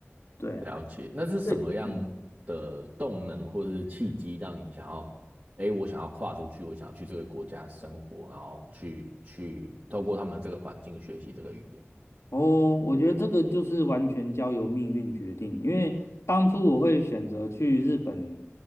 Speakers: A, on the left; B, on the right.
A: 对啊，
B: 了解，那是什么样的动能或是契机让你想要，
A: 对，嗯
B: 哎，我想要跨出去，我想要去这个国家生活，然后去去透过他们这个环境学习这个语言。
A: 哦，我觉得这个就是完全交由命运决定，因为当初我会选择去日本